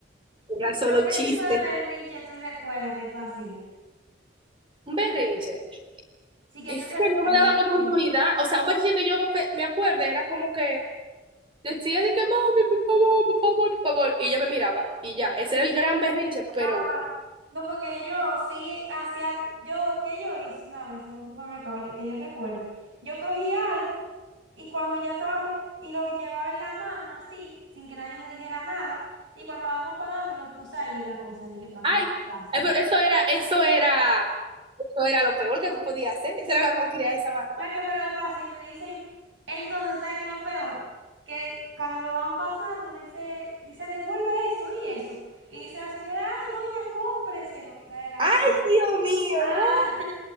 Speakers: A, on the right; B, on the right.
A: era solo
B: ¿Pero qué
A: chiste.
B: tipo de berrinche tú recuerdas que tú hacías?
A: Un berrinche.
B: Sí, que
A: Es
B: tú recuerdes.
A: que no me daban oportunidad.
B: sí.
A: O sea, un ejercicio que yo pe- me acuerdo era como que decía de que, mami, por favor, por favor, por favor. Y ella me miraba. Y ya, ese era el gran berrinche, pero,
B: Ah, no, porque yo sí hacía, yo, ¿qué yo hice una vez en un supermercado? Yo- que yo recuerde. Yo cogía algo y cuando ya estábamos, y lo que llevaba en la mano así, sin que nadie me dijera nada, y cuando estábamos pagando lo puse ahí en la cosa, de que para
A: ay,
B: que no lo pasen.
A: eh, pero eso era, eso era, eso era lo peor que tú podías hacer. Esa era la malcriada de esa manera.
B: La que me lo pasa y me dicen, entonces, ¿sabes qué es lo peor? Que cuando lo van pasando, dice, dice, devuelve eso y eso. Y dice la señora, ay, doña, cómpreselo, la de la
A: Ay,
B: calle.
A: Dios mío,
B: Ay,
A: no.